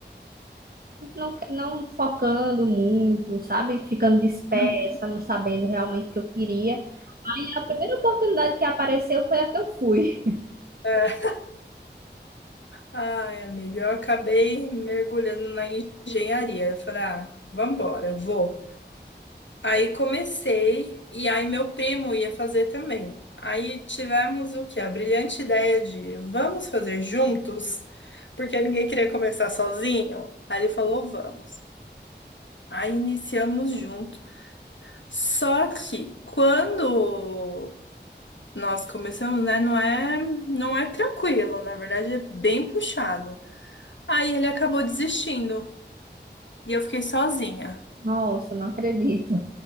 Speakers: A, on the right (about 55°); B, on the left (about 85°).
A: não, não focando muito, sabe? Ficando dispersa,
B: Uhum.
A: não sabendo realmente o que eu queria. Aí a primeira oportunidade que apareceu foi a que eu fui.
B: É. Ai, amiga, eu acabei mergulhando na engenharia. Eu falei, ah, vambora, vou. Aí comecei, e aí meu primo ia fazer também. Aí tivemos o quê? A brilhante ideia de vamos fazer juntos, porque ninguém queria começar sozinho. Aí ele falou, vamos. Aí iniciamos junto. Só que quando nós começamos, né, não é, não é tranquilo, na verdade é bem puxado. Aí ele acabou desistindo. E eu fiquei sozinha.
A: Nossa, não acredito.